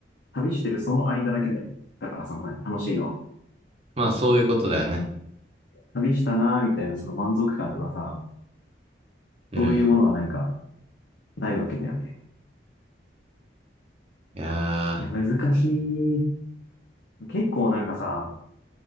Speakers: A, on the left; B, on the right.
A: 旅してるその間だけだよね。だからその、何楽しいのは。
B: まあそういうことだよね。
A: 旅したなーみたいなその満足感とかさ、
B: うん。
A: そういうものはなんかないわけだよね。
B: いや
A: いや、難しい。結構なんかさ、